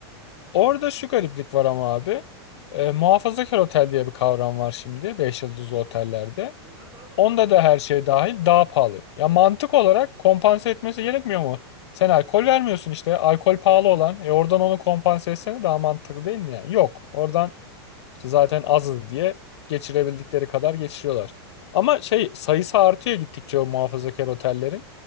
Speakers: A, on the left (about 85°); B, on the right (about 35°).
A: Orada şu gariplik var ama abi. Eee muhafazakar otel diye bir kavram var şimdi 5 yıldızlı otellerde.
B: Onlar daha da
A: Onda
B: pahalı.
A: da her şey dahil daha pahalı. Ya mantık olarak kompanse etmesi gerekmiyor mu? Sen alkol
B: Aynen öyle.
A: vermiyorsun işte. Alkol pahalı olan. E oradan onu kompanse etsene daha mantıklı değil mi yani? Yok. Oradan işte zaten azız diye geçirebildikleri kadar geçiriyorlar. Ama şey sayısı artıyor gittikçe o muhafazakar otellerin.